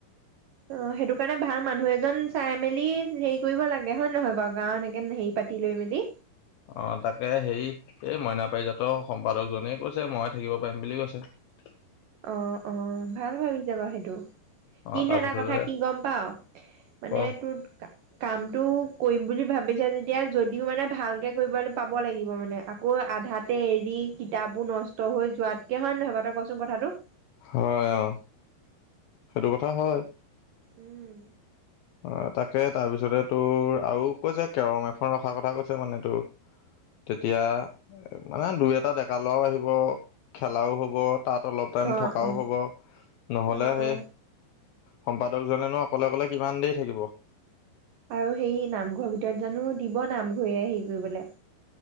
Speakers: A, on the right (about 70°); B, on the left (about 80°).
A: অ সেইটো কাৰণে ভাল মানুহ এজন চাই মেলি হেৰি কৰিব লাগে হয় নহয় বাৰু গাও এনেকে হেৰি পাতি লৈ মেলি।
B: অ তাকে হেৰিত এই মইনা পাৰিজাত সম্পাদকজনে কৈছে মই থাকিব পাৰিম বুলি কৈছে <unintelligible>
A: অ অ ভাল ভাবি যাবা সেইটো
B: অ
A: কিন্তু
B: তাৰপিছতে
A: এটা কথা কি গম পাও মানে
B: অ
A: তোৰ কামটো কৰিম বুলি ভাবিছা যেতিয়া যদিও মানে ভালকে কৰিব পাব লাগিব মানে আকৌ আধাতে এৰি কিতাপো নষ্ট হৈ যোৱাতকে হয় নহয়ব তই কচোন কথাটো <unintelligible>
B: হয় অ সেইটো কথা হয়
A: উম
B: অ তাকে তাৰপিছতে তোৰ আৰু কৈছে কেৰম এখন ৰখাৰ কথা কৈছে মানে তোৰ তেতিয়া মানে দুই এটা ডেকা লৰাও আহিব খেলাও হব <unintelligible> তাত অলপ টাইম
A: অ
B: থকাও
A: অ
B: হ'ব নহলে
A: অ
B: সেই
A: অ
B: সম্পাদকজনে ন অকলে অকলে কিমান দেৰি থাকিব
A: আৰু সেই নামঘৰৰ ভিতৰত জানো দিব নামঘৰে হেৰি কৰিবলে